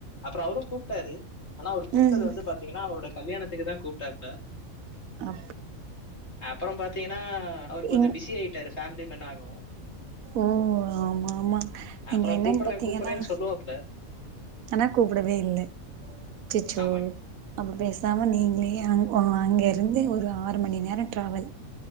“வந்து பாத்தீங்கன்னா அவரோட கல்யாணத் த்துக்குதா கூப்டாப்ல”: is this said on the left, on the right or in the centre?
Left